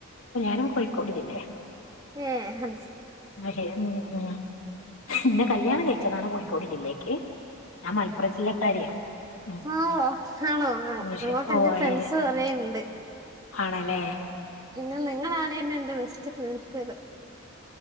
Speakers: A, on the left (about 85°); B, on the right (about 20°).
A: ഞാകോഴിക്കോട് ജില്ലേ
B: ഏ ആഹ്
A: പക്ഷെ ഉ ഉ എന്നെ കല്യാണം കഴിച്ചയചതാണ് കോഴിക്കോട് ജില്ലേക്ക് ഞാൻ മലപ്പുറം ജില്ലക്കാരിയാ ഉം
B: ആഹ ആണോ
A: ഉം,
B: അങ്ങോട്ടൊന്റെ
A: ശരി ഓ
B: ഫ്രണ്ട്സ്
A: അത് ശരി.
B: കൊറെ ഒണ്ട്
A: ആണല്ലേ
B: പിന്നെ നിങ്ങളാണ് എന്റെ ബെസ്റ്റ് ഫ്രണ്ട്സ് കള്